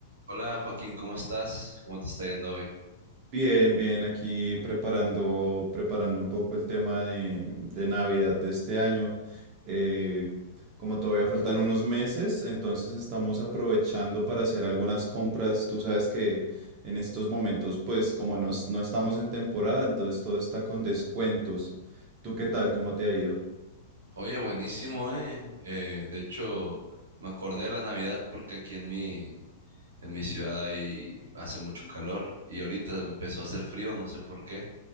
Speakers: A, on the right (about 80°); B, on the right (about 40°).
A: Hola Joaquín, ¿cómo estás? ¿Cómo te está yendo hoy?
B: Bien, bien, aquí preparando, preparando un poco el tema de, de Navidad de este año. Eh, como todavía faltan unos meses, entonces estamos aprovechando para hacer algunas compras. Tú sabes que en estos momentos, pues como nos- no estamos en temporada, entonces todo está con descuentos. ¿Tú qué tal? ¿Cómo te ha ido?
A: Oye, buenísimo, ¿eh? Eh, de hecho, me acordé de la Navidad porque aquí en mi, en mi ciudad ahí hace mucho calor y ahorita empezó a hacer frío, no sé por qué,